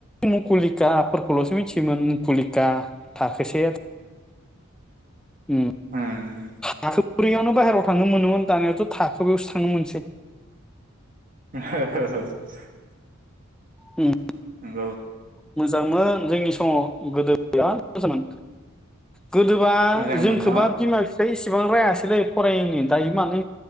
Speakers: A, in the centre; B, on the right.
A: मुकुलिका फोरखौल'सो मिथियोमोन मुकुलिक थाखोसे उम
B: उम
A: थाखो ब्रैयावनो बाहेरायाव थांनो मोनोमोन दानियावथ' थाखोबायावसो थांनो मोनसै
B: <unintelligible>
A: उम
B: नोंगौ
A: मोजांमोन जोंनि समाव गोदो बिराद मोजां गोदोबा
B: मोजांमोन
A: जोंखोबा
B: न
A: बिमा बिफाया इस सेबां रायासैलै फरायैनि दायो मानो